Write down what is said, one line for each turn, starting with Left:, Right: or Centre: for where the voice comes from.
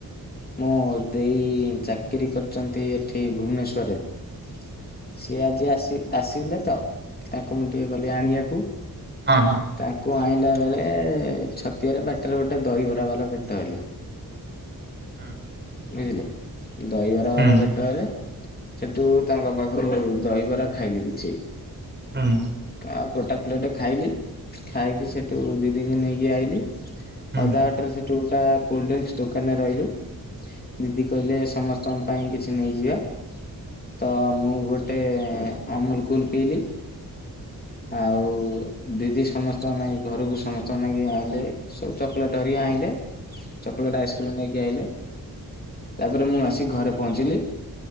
Left: ମୁଁ ଦେ ଏଇ ଚାକିରି କରିଛନ୍ତି ଏଠି ଭୁବନେଶ୍ଵରରେ। ସିଏ ଆଜି ଆସିଏ। ଆସିଲେ ତ, ତାଙ୍କୁ ମୁଁ ଟିକେ ଗଲି ଆଣିବାକୁ।
Right: ହଁ ହଁ
Left: ତାଙ୍କୁ ଆଇଁଲା ବେଳେ ଛତିଆରେ ବାଟରେ ଗୋଟେ ଦହିବରାବାଲା ଭେଟ ହେଲେ।
Right: ହୁଁ
Left: ବୁଝିଲେ, ଦହିବରା ବାଲା
Right: ହୁଁ
Left: ଭେଟରେ ସେଠୁ ତାଙ୍କ ପାଖରୁ ଦହିବରା ଖାଇଲି କିଛି।
Right: ହୁଁ
Left: ଆଉ ଗୋଟା ପ୍ଲେଟ ଖାଇଲି। ଖାଇକି ସେଠୁ ଦିଦିଙ୍କୁ ନେଇକି ଆଇଲି। ଅଧା
Right: ହୁଁ। ହୁଁ ହୁଁ ହୁଁ ହୁଁ ହୁଁ ହୁଁ ହୁଁ ହୁଁ
Left: ବାଟରେ ସେଠୁ ଗୋଟା କୋଲଡିଙ୍କସ ଦୋକାନରେ ରହିଲୁ। ଦିଦି କହିଲେ ସମସ୍ତଙ୍କ ପାଇଁ କିଛି ନେଇଯିବା। ତ ମୁଁ ଗୋଟ ଗୋଟେ ଅମୁଲକୁଲ ପିଇଲି ଆଉ ଦିଦି ସମସ୍ତଙ୍କନାଇ ଘରକୁ ସମସ୍ତଙ୍କ ନାଗି ଆଣିଲେ। ସବୁ ଚକୋଲେଟରିକ ଆଣିଲେ। ଚକୋଲେଟ ଆଇସ୍କ୍ରିମ ନେଇକି ଆଇଲେ। ତାପରେ ମୁଁ ଆସି ଘରେ ପହଞ୍ଚିଲି।